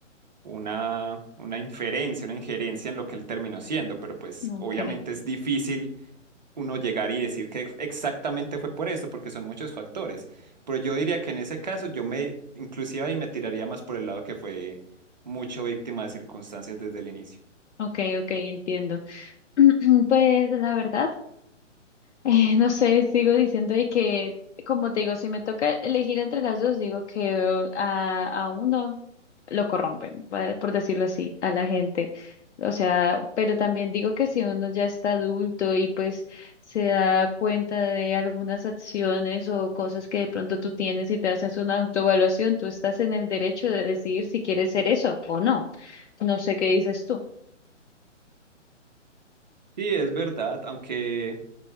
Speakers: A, on the right; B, on the left.
A: una, una inferencia, una injerencia en lo que él terminó siendo, pero pues
B: ok,
A: obviamente es difícil uno llegar y decir que exactamente fue por esto, porque son muchos factores, pero yo diría que en ese caso yo me inclusive ahí me tiraría más por el lado que fue mucho víctima de circunstancias desde el inicio.
B: ok, ok, entiendo. <clears throat> Pues la verdad. Eh, no sé, sigo diciendo de que, como te digo, si me toca elegir entre las dos, digo que eh, a, a uno lo corrompen, va- por decirlo así, a la gente. O sea, pero también digo que si uno ya está adulto y pues se da cuenta de algunas acciones o cosas que de pronto tú tienes y te haces una autoevaluación, tú estás en el derecho de decidir si quieres ser eso o no. No sé qué dices tú.
A: Sí, es verdad, aunque